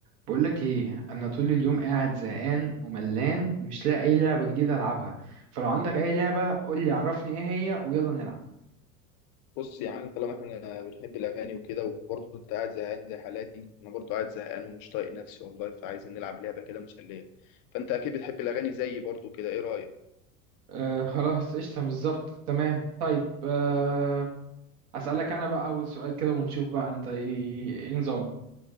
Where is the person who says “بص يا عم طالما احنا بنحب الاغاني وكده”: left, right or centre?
Left